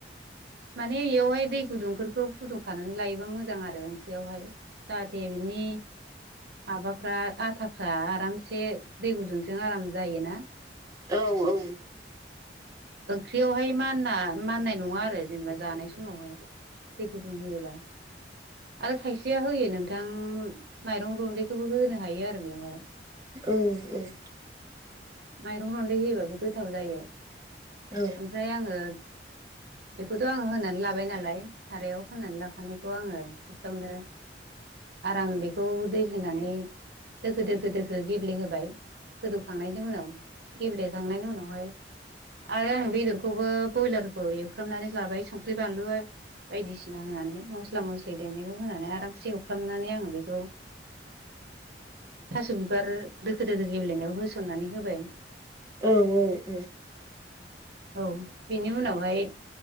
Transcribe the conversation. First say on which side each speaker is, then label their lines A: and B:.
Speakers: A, on the right; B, on the right.
A: माने इयावहाय दै गुदुंफोरखौ फुदुंखानानै लायोबा मोजां आरो ओंख्रियावहाय। जाहाथे बिनि माबाफ्रा आथाफ्रा आरामसे दै गुदुंजों आराम जायो ना।
B: औ औ।
A: ओंख्रियावहाय मानना माननाय नङा आरो जेनेबा जानाय समावहाय। दै गुदुं होयोबा। आरो खायसेया होयो नोंथां माइरं रन्दैखौबो होनो हायो आरो बेवहाय।
B: औ औ।
A: माइरं रन्दै होयोबाबो गोथाव जायो।
B: औ
A: ओमफ्राय आङो बेखौ थ' आङो होनानै लाबाय नालाय सारायाव होनानै लाखानायखौ आङो फार्स्टावनो आराम बेखौ दै होनानै दोखो दोखो दोखो गेब्लेहोबाय गोदौखांनायनि उनाव। गेब्लेखांनायनि उनावहाय आरो आं बेदरखौबो बयलारखौ एवफ्रामनानै लाबाय संख्रि बानलु आ बायदिसिना होनानै मस्ला मस्लि देनायखौ होनानै आराम से एवफ्रामनानै आङो बेखौ थास' बिबार दोखो दोखो गेेब्लेनायाव होस'ननानै होबाय।
B: औ औ औ।
A: औ बेनि उनावहाय